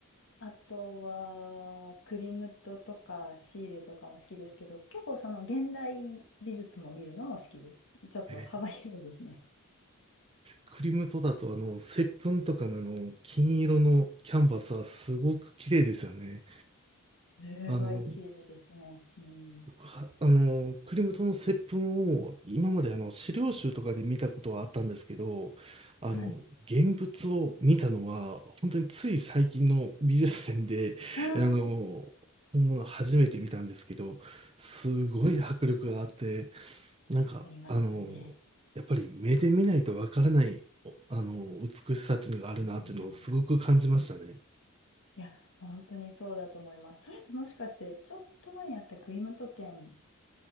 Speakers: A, on the left; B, on the right.
A: あとはクリムトとかシーレとかも好きですけど、結構その現代美術も見るのも好きです。ちょっと幅広いですね。
B: えクリムトだと、あの、接吻とかのあの、金色のキャンバスはすごく綺麗ですよね。
A: すごい綺麗ですね。
B: あの、
A: うん。
B: 僕は、あの、クリムトの接吻を今まであの資料集とかで見たことはあったんですけど、あの、
A: はい。
B: 現物を見たのは、本当につい最近の美術展で、
A: ああ、
B: <laughs> あの、本物初めて見たんですけど、すごい迫力があって、なんか、
A: ありますよね。
B: あの、やっぱり目で見ないとわからない、おあの、美しさっていうのがあるなっていうのをすごく感じましたね。
A: うんいや、本当にそうだと思います。それってもしかして、ちょっと前にあったクリムト店